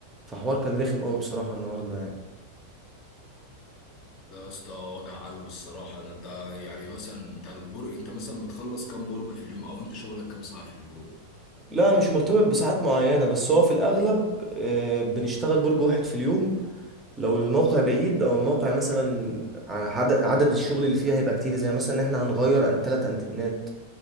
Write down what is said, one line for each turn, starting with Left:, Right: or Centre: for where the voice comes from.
Right: فحوار كان رخم قوي بصراحه النهارده يعني
Left: يا اسطى وجع قلب الصراحه ده انت يعني مثلا انت البرج انت مثلا بتخلص كام برج في اليوم او انت شغلك كام ساعه في اليوم
Right: لا انا مش مرتبط بساعات معينه بس هو في الاغلب آه، بنشتغل برج واحد في اليوم لو الموقع بعيد او الموقع مثلا عدد عدد الشغل اللي فيه هيبقى كتير زي مثلا ان احنا هنغير ان ثلاث انتنات